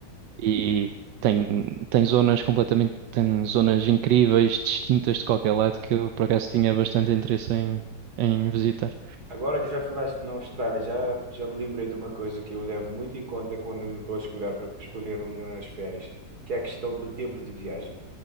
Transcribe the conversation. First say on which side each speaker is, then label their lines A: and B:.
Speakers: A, on the right (about 80°); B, on the right (about 60°).
A: E tem, tem zonas completamente, tem zonas incríveis, distintas de qualquer lado, que eu por acaso tinha bastante interesse em, em visitar.
B: Agora que já falaste na Austrália, já, já me lembrei de uma coisa que eu levo muito em conta quando estou a escolher, escolher umas férias, que é a questão do tempo de viagem.